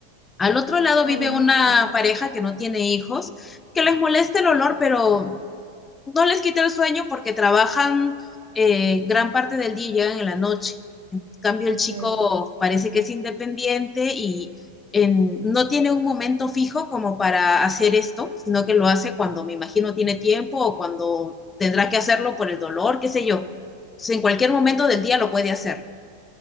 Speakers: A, on the left; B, on the right.
A: al otro lado
B: oh,
A: vive una
B: ok,
A: pareja que no tiene hijos, que les molesta el olor, pero no les quita el sueño porque trabajan eh, gran parte del día y llegan en la noche. En cambio,
B: ok,
A: el chico parece que es independiente y en- no tiene un momento fijo como para hacer esto, sino que lo hace cuando me imagino tiene tiempo o cuando tendrá que hacerlo por el dolor, qué sé yo. Entonces, en cualquier momento del día lo puede hacer.